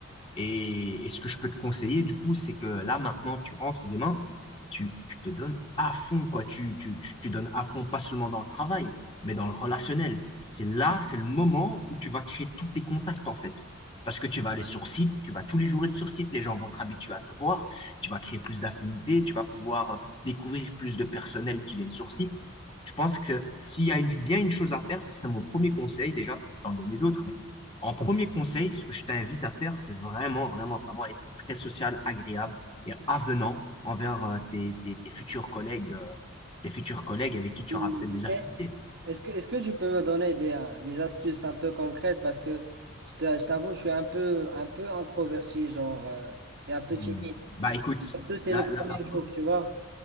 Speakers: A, on the left; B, on the right.
A: Et, et ce que je peux te conseiller, du coup, c'est que là, maintenant, tu rentres demain, tu, tu te donnes à fond, quoi. Tu, tu, tu, tu donnes à fond, pas seulement dans le travail, mais dans le relationnel. C'est là, c'est le moment où tu vas créer tous tes contacts, en fait. Parce que tu vas aller sur site, tu vas tous les jours être sur site, les gens vont être habitués à te voir, tu vas créer plus d'affinités, tu vas pouvoir euh, découvrir plus de personnel qui viennent sur site. Je pense que s'il y a une- bien une chose à faire, ce serait mon premier conseil, déjà, parce que je vais t'en donner d'autres, mais en premier conseil, ce que je t'invite à faire, c'est vraiment, vraiment, vraiment être très social, agréable et avenant envers euh, tes, tes- tes futurs collègues, euh, tes futurs collègues avec qui tu
B: Hmm.
A: auras peut-être des affinités.
B: Est-ce que, est-ce que tu peux me donner des, euh, des astuces un peu concrètes? Parce que je t'a- je t'avoue, je suis un peu, un peu introverti, genre, euh, et un peu
A: Hmm.
B: timide.
A: Bah écoute,
B: Surtout, c'est
A: la,
B: le premier
A: la, la-
B: jour, tu vois.